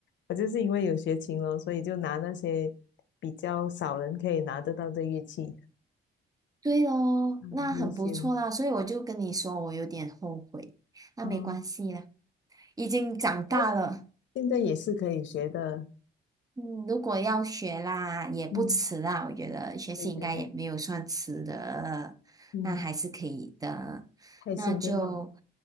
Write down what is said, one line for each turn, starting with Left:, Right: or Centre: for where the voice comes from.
Left: 我就是因为有学琴了，所以就拿那些比较少人可以拿得到的乐器，
Right: 对哦，
Left: 嗯，
Right: 那很不错啦，
Left: 优先。
Right: 所以我就跟你说，我有点后悔，那没关系啦，
Left: 啊。
Right: 已经长大了，
Left: 哎，现在也是可以学的，
Right: 嗯，如果要学啦，也不迟啦，
Left: 嗯，
Right: 我觉得学习应该也没有算迟的，
Left: 对对对，嗯，
Right: 那还是可以的，
Left: 开心就好，
Right: 那就